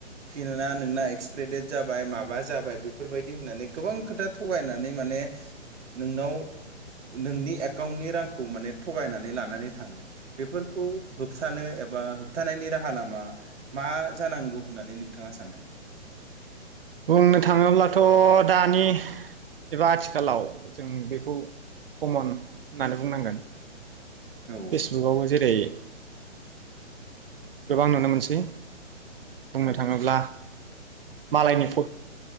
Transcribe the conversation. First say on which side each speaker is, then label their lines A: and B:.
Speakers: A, on the right; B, on the right.
A: फिना नोंना एक्सप्रे देट जाबाय माबा जाबाय बेफोरबायदि होननानै गोबां खोथा थगायनानै माने नोंनाव नोंनि एकाउन्टनि रांखौ माने थगायनानै लानानै थांगोन बेफोरखौ होबथानो एबा होबथानायनि राहा लामा मा जानांगौ होननानै नों नोंथाङा सानो?
B: बुंनो थाङोब्लाथ' दानि एबा आथिखालाव जों बेखौ कमन होननानै बुंनांगोन।
A: औ
B: फेसबुकआव जेरै <inaudible> गोबां नुनो मोनसै बुंनो
A: औ
B: थाङोब्ला मालायनि फट'